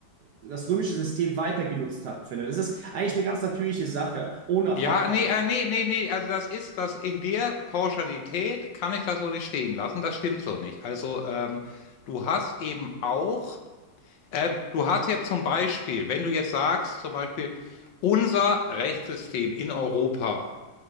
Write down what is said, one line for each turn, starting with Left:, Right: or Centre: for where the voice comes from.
Right: das römische System weiter genutzt hat, finde. Das ist eigentlich eine ganz natürliche Sache, ohne, aber
Left: Ja, nee, äh, nee, nee, nee, also das ist das in der Pauschalität kann ich das so nicht stehen lassen. Das stimmt so nicht. Also ähm, du hast eben auch, ähm, du hast jetzt zum Beispiel, wenn du jetzt sagst, zum Beispiel, unser Rechtssystem in Europa